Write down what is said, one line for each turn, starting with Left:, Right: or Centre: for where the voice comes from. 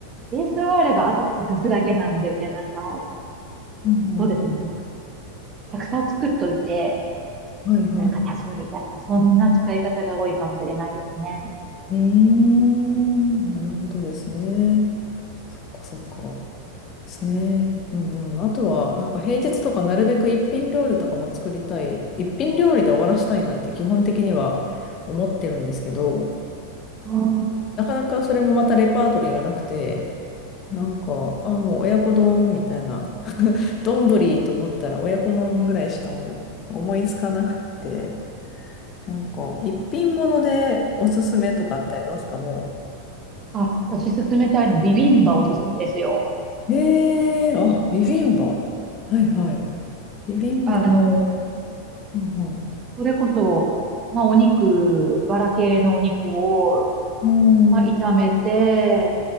Right: ベースがあれば、あと足すだけなんで、なんか、
Left: うん
Right: そうですね。なんか、たくさん作っといて、
Left: はいはい。
Right: なんか足すみたいな、そんな使い方が多いかもしれないですね。
Left: うーん。なるほどですね。そっかそっか。ですね。うんうん。あとは、なんか平日とかなるべく一品料理とかも作りたい。一品料理で終わらしたいなって基本的には思ってるんですけど、
Right: うん
Left: なかなかそれもまたレパートリーがなくて、なんか、あ、もう親子丼みたいな。<laughs> 丼と思ったら親子丼ぐらいしかもう思いつかなくて。なんか、一品物でおすすめとかってありますかも
Right: あ、私勧めたいの、ビビンバおすすめですよ。
Left: う。えー、あ、ビビンバ。はいはい。ビビンバ。
Right: あの、
Left: うん
Right: それこそ、まあお肉、バラ系のお肉を、
Left: うん。
Right: まあ炒めて、
Left: うーん。